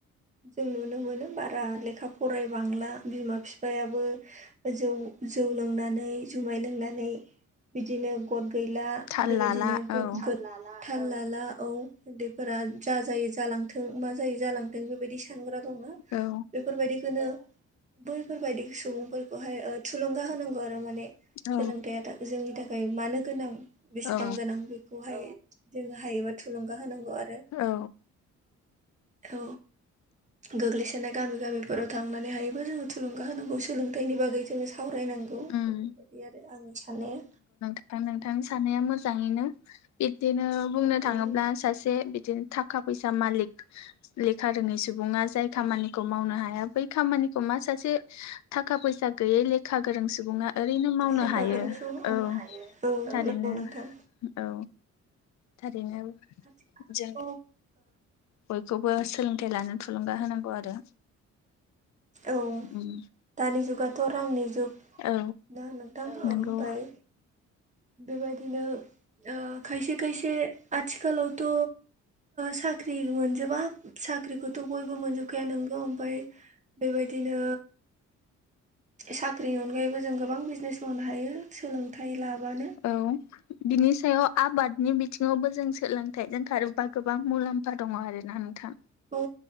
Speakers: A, on the right (about 25°); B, on the left (about 65°).
A: जों नुनो मोनो बारा लेखा फरायबांला बिमा बिफायाबो जौ जौ लोंनानै जुमाय लोंनानै बिदिनो गद गैला
B: थाल
A: बेबायदिनो
B: लाला
A: गोरा
B: औ
A: थाल लाला औ उन्दैफोरा जा जायै जालांथों मा जाय जालांथों बेबायदि सानग्रा दं
B: औ
A: बेफोरबायदिखौनो बैफोरबायदि सुबुं बेखौहाय थुलुंगा होनांगौ आरो माने
B: औ
A: सोलोंथाइया जोंनि थाखाय मानो गोनां बेसेबां
B: औ
A: गोनां बेखौहाय जोङो हायोबा थुलुंगा होनांगौ आरो
B: औ
A: औ गोग्लैसोनाय गामि गामिफोराव थांनानै हायोबा जोङो थुलुंगा होनांगौ सोलोंथाइनि बागै जोङो सावरायनांगौ। गौ
B: उम
A: बेफोरबायदि आरो आंनि साननाया
B: था नोंथां सानाया मोजाङैनो बिदिनो बुंनो थाङोब्ला
A: औ
B: सासे बिदि थाखा फैसा मालक लेखा रोङै सुबुङा जाय खामानिखौ मावनो हाया बै खामानिखौ मा सासे थाखा फैसा गैयै लेखा गोरों सुबुङा ओरैनो मावनो
A: लेखा
B: हायो
A: गोरों सुबुं
B: औ
A: औ
B: थारैनो
A: नंगौ नोंथां
B: औ थारैनो
A: आथिखालावथ'
B: जों बयखौबो सोलोंथाइ लानो थुलुंगा होनांगौ आरो
A: ओ औ
B: उम
A: दानि जुगाथ' रांनि जुग
B: औ
A: दा नोंथां
B: नंगौ
A: ओमफ्राय बेबायदिनो खायसे खायसे आथिखालावथ' साख्रि मोनजोबा साख्रिखौथ' बयबो मोनजोबखाया नोंगौ ओमफ्राय बेबायदिनो साख्रिनि अनगायैबो जों गोबां बिजनेस मावनो हायो सोलोंथाइ लाबानो
B: औ बिनि सायाव आबादनि बि थिङावबो जों सोलोंथाइजों खारोबा गोबां मुलाम्फा दङ' आर ना नोंथां।
A: औ